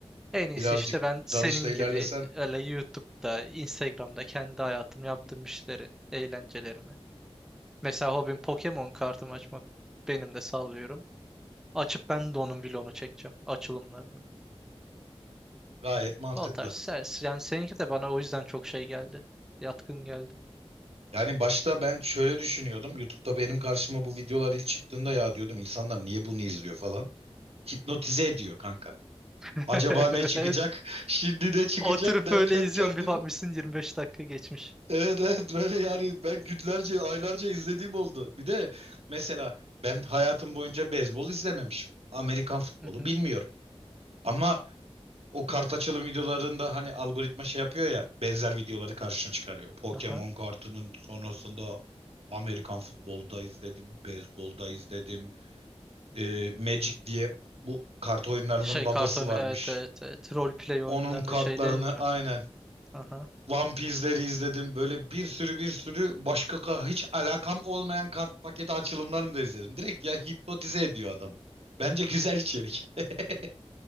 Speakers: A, in the centre; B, on the right (about 65°).
A: En iyisi
B: Birazcık
A: işte ben senin
B: dalışta ilerlesen
A: gibi öyle YouTube'da, Instagram'da kendi hayatım yaptığım işleri, eğlencelerimi. Mesela hobim Pokemon kartımı açmak. Benim de sallıyorum. Açıp ben de onun vlogunu çekeceğim. Açılımlarını.
B: gayet mantıklı.
A: O tarz. ses- Yani seninki de bana o yüzden çok şey geldi. Yatkın geldi.
B: Yani başta ben şöyle düşünüyordum. YouTube'da benim karşıma bu videolar ilk çıktığında ya diyordum insanlar niye bunu izliyor falan. Hipnotize ediyor kanka.
A: <laughs>
B: Acaba ne çıkacak?
A: Evet.
B: Şimdi ne çıkacak
A: Oturup
B: derken
A: öyle izliyorum.
B: kendimi
A: Bir bakmışsın 25 dakika geçmiş.
B: Evet evet böyle yani ben günlerce aylarca izlediğim oldu. Bir de mesela ben hayatım boyunca beyzbol izlememişim. Amerikan futbolu
A: Hı hı.
B: bilmiyorum. Ama O kart açılım videolarında hani algoritma şey yapıyor ya benzer videoları karşına çıkarıyor. Pokemon
A: Aha.
B: kartının sonrasında Amerikan futbolda izledim, beyzbolda izledim. Ee, Magic diye bu kart oyunlarının
A: Şey
B: babası
A: kart oyunu
B: varmış.
A: evet evet evet. Roleplay oyunlarının
B: Onun kartlarını
A: şey değil mi?
B: aynen
A: Aha
B: One Piece'leri izledim. Böyle bir sürü bir sürü başka ka- hiç alakam olmayan kart paketi açılımlarını da izledim. Direkt ya hipnotize ediyor adam. Bence
A: evet.
B: güzel içerik. <laughs>